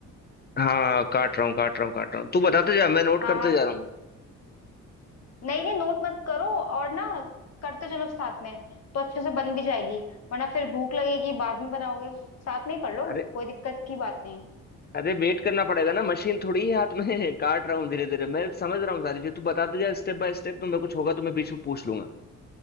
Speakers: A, on the left; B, on the left.
A: हाँ काट रहा हूँ काट रहा हूँ काट रहा हूँ तू बताते जा मैं नोट
B: हाँ
A: करते
B: हाँ
A: जा रहा हूँ
B: नहीं नहीं नोट मत करो और ना करते चलो साथ में तो अच्छे से बन भी जाएगी वरना फिर भूख लगेगी बाद में बनाओगे साथ में ही कर लो
A: अरे
B: कोई दिक्कत की बात नहीं है
A: अरे वेट करना पड़ेगा ना मशीन थोड़ी है हाथ में <laughs> काट रहा हूँ धीरे धीरे मैं समझ रहा हूँ सारी चीज तू बताते जा स्टेप बाय स्टेप तो मैं कुछ होगा तो मैं बीच में पूछ लूंगा